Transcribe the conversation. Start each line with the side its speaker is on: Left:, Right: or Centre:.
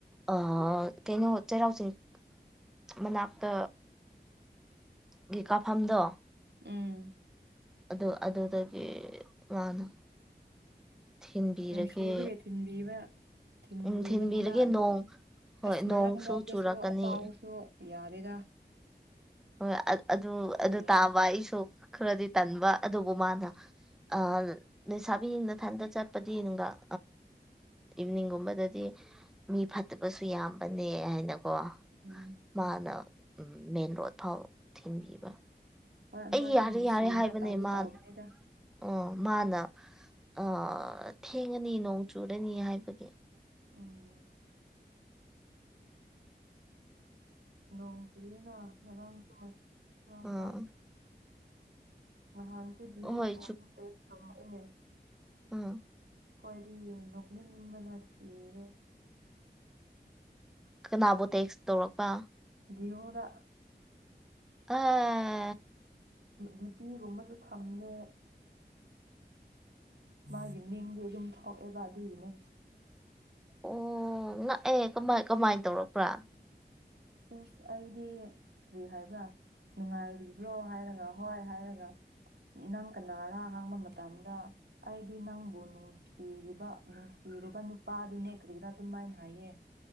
Centre: ꯑ ꯑ ꯀꯩꯅꯣ ꯆꯩꯔꯥꯎꯆꯤꯡ ꯃꯅꯥꯛꯇ ꯒꯤ ꯀꯥꯐꯝꯗꯣ
Right: ꯎꯝ
Centre: ꯑꯗꯨ ꯑꯗꯨꯗꯒꯤ ꯃꯥꯅ ꯊꯤꯟꯕꯤꯔꯒꯦ
Right: ꯅꯨꯡꯁꯤꯕꯒꯤ ꯊꯤꯟꯕꯤꯕ꯫ ꯊꯤꯟꯕꯤꯕꯅꯤꯗ
Centre: ꯎꯝ ꯊꯤꯟꯕꯤꯔꯒꯦ
Right: ꯑꯗꯨ
Centre: ꯅꯣꯡ ꯍꯣꯏ
Right: ꯑꯁ
Centre: ꯅꯣꯡꯁꯨ
Right: ꯃꯔꯛ ꯃꯔꯛꯇꯁꯨ
Centre: ꯆꯨꯔꯛꯀꯅꯤ
Right: ꯄꯥꯎꯁꯨ ꯌꯥꯔꯦꯗ
Centre: ꯍꯣꯏ ꯑꯗꯨ
Right: ꯑꯗꯨꯒꯤꯅꯦ
Centre: ꯑꯗꯨ ꯇꯥꯕ ꯑꯩꯁꯨ ꯈꯔꯗꯤ ꯇꯟꯕ ꯑꯗꯨꯕꯨ ꯃꯥꯅ ꯑ ꯂꯩꯁꯥꯕꯤ ꯅꯊꯟꯗ ꯆꯠꯄꯗꯤ ꯅꯨꯡꯗꯥꯡ ꯏꯚꯅꯤꯡꯒꯨꯝꯕꯗꯗꯤ ꯃꯤ ꯐꯠꯇꯕꯁꯨ ꯌꯥꯝꯕꯅꯦ ꯍꯥꯏꯅꯀꯣ
Right: ꯎꯝ꯫
Centre: ꯃꯥꯅ ꯃꯦꯟ ꯔꯣꯠ ꯐꯥꯎ ꯊꯤꯟꯕꯤꯕ
Right: ꯍꯣꯏ
Centre: ꯑꯩ
Right: ꯃꯥꯁꯨ
Centre: ꯌꯥꯔꯦ
Right: ꯅꯨꯡꯁꯤꯔꯒ
Centre: ꯌꯥꯔꯦ ꯍꯥꯏꯕꯅꯦ
Right: ꯇꯥꯎꯗꯤ
Centre: ꯃꯥ
Right: ꯇꯥꯎꯕꯅꯤꯗ
Centre: ꯑꯣ ꯃꯥꯅ ꯑ ꯊꯦꯡꯉꯅꯤ ꯅꯣꯡ ꯆꯨꯔꯅꯤ ꯍꯥꯏꯕꯒꯤ
Right: ꯎꯝ꯫ ꯅꯣꯡ ꯆꯨꯏꯅ ꯉꯔꯥꯡꯁꯨ ꯈꯔ
Centre: ꯑꯥ
Right: ꯈꯔ ꯅꯍꯥꯟꯁꯨ ꯗꯌꯨꯠ
Centre: ꯍꯣꯏ
Right: ꯑꫭꯏꯅ ꯇ‌ꯦꯛꯁ ꯊꯥꯔꯛꯑ‌ꯦ
Centre: ꯃꯥ
Right: ꯈꯣꯏꯗꯤ ꯅꯣꯛꯅꯤꯡꯕꯅ ꯁꯤꯔꯦ꯫
Centre: ꯀꯅꯥꯕꯨ ꯇꯦꯛꯁ ꯇꯧꯔꯛꯄ?
Right: ꯖꯤꯔꫭꯗ
Centre: ꯑꯥ꯫
Right: ꯗꯤꯄꯤꯒꯨꯝꯕꯁꯨ ꯊꯝꯗꯦ ꯃꯥꯒꯤ ꯃꯤꯡꯗꯤ ꯑꯗꯨꯝ ꯊꯣꯛꯑꯦꯕ ꯑꯗꯨꯒꯤꯅꯦ꯫
Centre: ꯎꯝ ꯅꯛꯑꯦ ꯀꯃꯥꯏ ꯀꯃꯥꯏ ꯇꯧꯔꯛꯄ꯭ꯔꯥ?
Right: ꯑꯤꯁ ꯑꯩꯗꯤ ꯀꯔꯤ ꯍꯥꯏꯕ꯭ꯔꯥ ꯅꯨꯡꯉꯥꯏꯔꯤꯕ꯭ꯔꯣ ꯍꯥꯏꯔꯒ ꯍꯣꯏ ꯍꯥꯏꯔꯒ ꯅꯪ ꯀꯅꯥꯔ ꯍꯪꯡꯕ ꯃꯇꯝꯗ꯫ ꯑꯩꯗꯤ ꯅꯪꯕꯨ ꯅꯨꯡꯁꯤꯔꯤꯕ ꯅꯨꯡꯁꯤꯔꯨꯕ ꯅꯨꯄꯥꯗꯨꯅꯦ ꯀꯔꯤꯔ ꯑꯗꯨꯃꯥꯏꯅ ꯍꯥꯏꯌꯦ